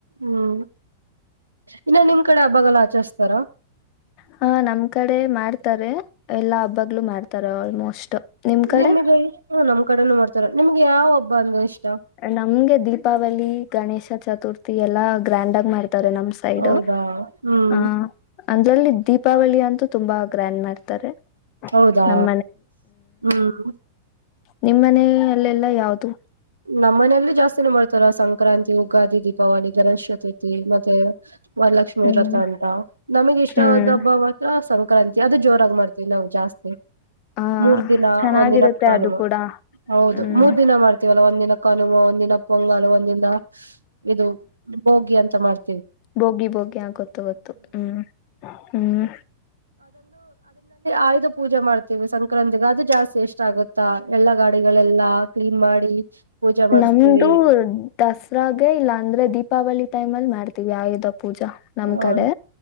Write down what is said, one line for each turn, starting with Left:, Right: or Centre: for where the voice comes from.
Right: ಹ್ಮ್ ಇನ್ನ ನಿಮ್ ಕಡೆ ಹಬ್ಬಗಳ್ನ ಆಚರ್ಸತಾರ?
Left: ಹ ನಮ್ ಕಡೆ ಮಾಡ್ತಾರೆ ಎಲ್ಲಾ ಹಬ್ಬಗ್ಗಳುೂ ಮಾಡ್ತಾರ ಆಲ್ಮೋಸ್ಟ್. ನಿಮ್ ಕಡೆ
Right: ನಿಮಗೆ. ಹ್ಮ ನಮಮ್ಮ ಕಡೆ ಮಾಡ್ತಾರ ನಿಮ್ಗೆ ಯಾವಬ್ಬ ಅಂದ ಎಷ್ಟು
Left: ನಮ್ಗೆ ದೀಪಾವಳಿ ಗಣೇಶ ಚತುರ್ಥಿ ಎಲ್ಲಾ ಗ್ರ್ಯಾಂಡ್ ಆಗ ಮಾಡ ನಮ ಸೈಡ್
Right: ಹೌದಾ ಹ್ಮ್
Left: ಆ ಅಂದ್ರಲ್ಲಿ ದೀಪಾವಳಿ ಅಂತೂ ತುಂಬಾ ಗ್ರ್ಯಾಂಡ್ ಮಾಡ್ತಾರೆ
Right: ಹೌದಾ
Left: ನಮ್
Right: ಹ್ಮ್.
Left: ನಿಮ್ಮನ ಅಲ್ಲೆಲ್ಲಾ ಯಾವದು
Right: ನಮ್ಮ್ ಮನೆಯಲ್ಲಿ ಜಾಸ್ತಿನ ಮಾಡ್ತಾರ ಸಂಕ್ರಾಂತಿ ಉುಗಾದಿ ದೀಪಾವಳಿ ಗಣೇಶ ಚತುರ್ಥಿ ಮತ್ತೆ ವರಲಕ್ಷ್ಮಿ
Left: ಹ್ಮ್
Right: ವ್ರಥ ಅಟ ನಮಗ ಇಷ್ಟವಾದ
Left: ಹ್ಮ್
Right: ಹಬ್ಬ ಮಾತ್ರ ಸಂ ಂತ ಅದು ಜೋರಾಗಿ ಮಾಡ್ತವಿ ನಾವು ಜಾಸ್ತಿ.
Left: ಹ
Right: ಮೂರ್ ದಿನ
Left: ಚೆನ್ನಾಗಿರುತ್ತೆ
Right: ಒಂದಿನ ಕಾನ
Left: ಅದು ಕೂಡ
Right: ಹೌದು
Left: ಹ್ಮ್
Right: ಮೂರ್ ದಿನ ಮಾಡ್ತ ಒಂದಿನ ಕಲುವ ಒಂದಿನ ಪೊಂಗಲು ಒಂದಿದ. ಇದು ಬೋಗಿ ಅಂತ ತಮಾರ್
Left: ಬೋಗಿ ಬೋಗಿ ಆಗೊತ್ತು ಗೊತ್ತು ಹ್ಮ್ ಹ್ಮ್
Right: ಆಯ್ದು ಪೂಜೆ ಮಾಡ್ತೀವಿ ಸಂಕ್ರಾಂತಿಗ ಅದು ಜಾಸ್ತಿ ಎಷ್ಟ ಆಗುತ್ತಾ ಎಲ್ಲಾ ಗಾಡಿಗಳೆಲ್ಲ ಕ್ಲೀನ್ ಮಾಡಿ <unintelligible> ಮಾಡಿಸ್ತೀವಿ
Left: ನಮ್ದು ದಸರಾಗೆ ಇಲ್ಲ ಅಂದ್ರೆ ದೀಪಾವಳಿ ಟೈಮ್ ಅಲ್ಲಿ ಮಾಡ ಆಯುಧ ಪೂಜಾ ನಮ್
Right: ಹ
Left: ಕಡೆ